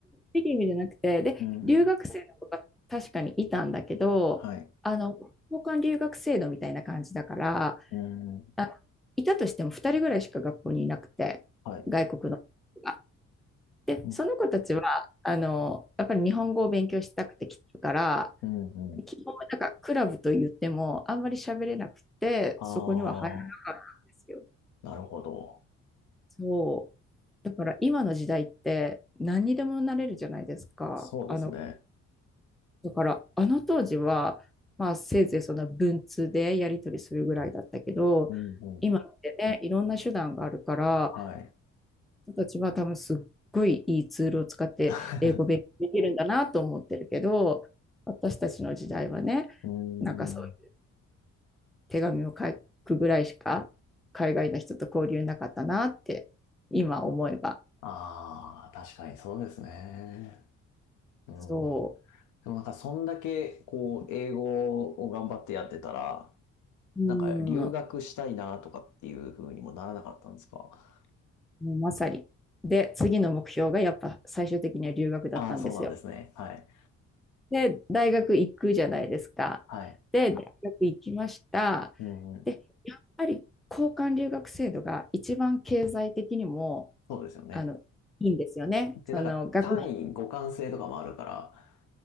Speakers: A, in the centre; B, on the left (about 75°).
A: ういい意味じゃなくて、で、
B: うん。
A: 留学生の子が確かにいたんだけど、
B: はい。
A: あの、交換留学制度みたいな感じだから、
B: うん。
A: あ、いたとしても2人ぐらいしか学校にいなくて、
B: はい。
A: 外国の子が。で、
B: うん、
A: その子たちは、あの、やっぱり日本語を勉強したくて来てるから、
B: うん、うん。
A: 基本なんかクラブと言ってもあんまり喋れなくて、
B: ああ、
A: そこには入らなかったんですよ。
B: なるほど。
A: そう。だから今の時代って何にでもなれるじゃないですか。
B: そうですね。
A: あの、だからあの当時は、まあせいぜいその文通でやり取りするぐらいだったけど、
B: うんうん。
A: 今ってね、いろんな手段があるから、
B: はい。
A: 人たちは多分すっごいいいツールを使って英語勉強できるんだなと思ってるけど、
B: <laughs>
A: 私たちの時代はね、
B: うー
A: なんかそういう
B: ん。
A: 手紙を書くぐらいしか海外の人と交流なかったなって今思えば。
B: ああ、確かにそうですね。うん。
A: そう。
B: でもなんかそんだけこう英語を頑張ってやってたら、
A: うん、
B: なんか留学したいなとかっていう風にもならなかったんですか
A: もうまさに。で、次の目標がやっぱ最終的には留学だったんですよ。
B: ああー、そうなんですね。はい。
A: で、大学行くじゃないですか。
B: はい。
A: で、大学行きました。
B: うんうん。
A: で、やっぱり交換留学制度が一番経済的にも
B: そうですよね。
A: あのいいんですよね。
B: で、
A: その学費
B: なんか単位互換性とかもあるから、